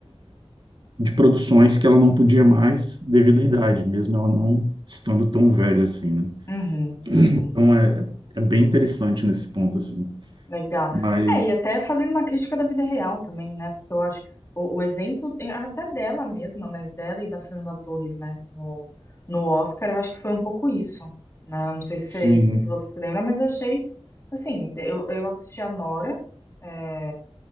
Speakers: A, on the right; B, on the left.
A: de produções que ela não podia mais devido à idade, mesmo ela não estando tão velha assim, né?
B: uhum, uhum.
A: Então é, é bem interessante nesse ponto, assim.
B: Legal.
A: Mas,
B: É, e até fazendo uma crítica da vida real também, né? Porque eu acho o, o exemplo é até dela mesma, mas dela e da Fernanda Torres, né? No, no Oscar, eu acho que foi um pouco isso, né? Não sei se,
A: sim,
B: se você se lembra, mas eu achei, assim, eu, eu assisti a Nora, é,